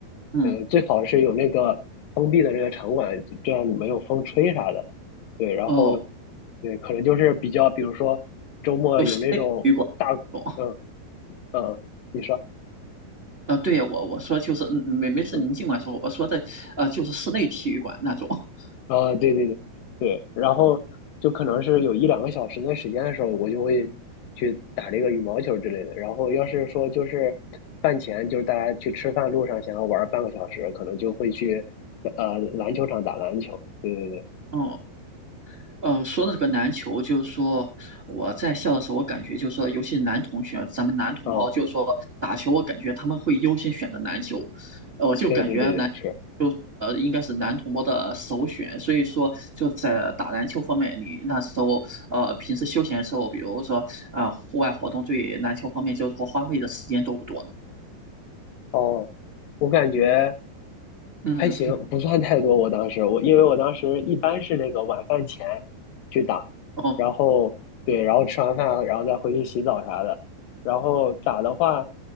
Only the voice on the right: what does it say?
嗯，
哦，
就室内体育馆那种，
呃，对呀，我我说就是嗯没没事，
您尽管说，我说的呃就是室内体育馆那种，<laughs>
嗯呃，说到这个篮球，就是说我在校的时候，我感觉就是说，尤其是男同学，咱们男同胞，
就是说打球，我感觉他们会优先选择篮球，呃我就感觉男
呃应该是男同胞的首选。所以说，就在打篮球方面，你那时候呃平时休闲的时候，比如说呃户外活动，对篮球方面就是说花费的时间多不多呢？
嗯。
<laughs>